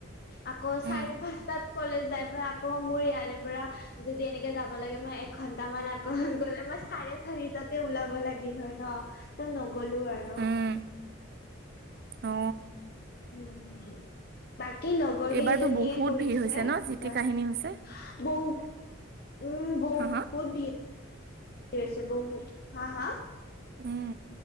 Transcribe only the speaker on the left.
আকৌ চাৰে
পাঁচটাত কলেজ যাই প আকৌ মোৰ ইয়াৰে পৰা যদি এনেকে যাব লাগে মই এঘন্ট মান আকৰমণ কৰিলে মই চাৰে চাৰিটাতে ওলাব লাগিল হয় ন তই নগলো আৰু
উম বাকী লগৰ
কেইজনীয়ে
কৰিছে
এবাৰ
বৌ উম বহুুত
ভিৰ হৈছে বহুত হা হা